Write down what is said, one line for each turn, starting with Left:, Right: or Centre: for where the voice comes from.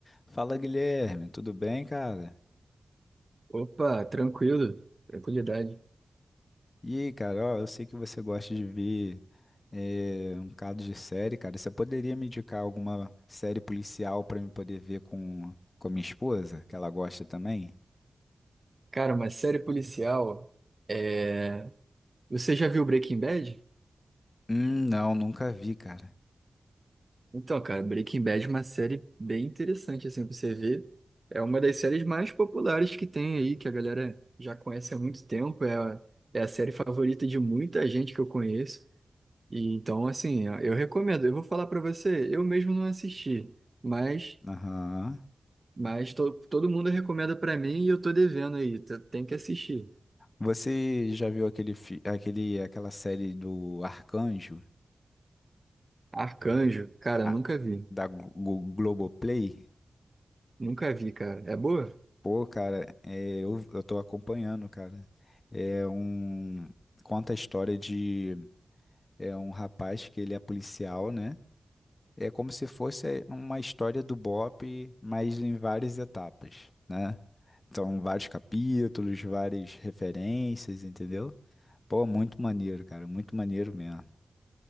Left: Fala Guilherme, tudo bem, cara?
Right: Opa, tranquilo, tranquilidade.
Left: E aí, cara, ó, eu sei que você gosta de ver eh, um bocado de série, cara. Você poderia me indicar alguma série policial pra eu poder ver com, com a minha esposa, que ela gosta também?
Right: Cara, uma série policial. É... Você já viu Breaking Bad?
Left: Hum, não, nunca vi, cara.
Right: Então, cara, Breaking Bad é uma série bem interessante, assim, pra você ver. É uma das séries mais populares que tem aí, que a galera já conhece há muito tempo. É a, é a série favorita de muita gente que eu conheço. E então, assim, eu recomendo. Eu vou falar pra você, eu mesmo não assisti, mas,
Left: Aham.
Right: mas to- todo mundo recomenda pra mim e eu tô devendo aí. t- Tem que assistir.
Left: Você já viu aquele, fi- aquele, aquela série do Arcanjo,
Right: Arcanjo, cara,
Left: Ah,
Right: nunca vi.
Left: da Glo- Glo- Globoplay?
Right: Nunca vi, cara. É boa?
Left: Pô, cara, é, eu, eu tô acompanhando, cara. É um. Conta a história de É um rapaz que ele é policial, né? É como se fosse é, uma história do BOP, mas em várias etapas, né? Então, vários capítulos, várias referências, entendeu? Pô, muito maneiro, cara, muito maneiro mesmo.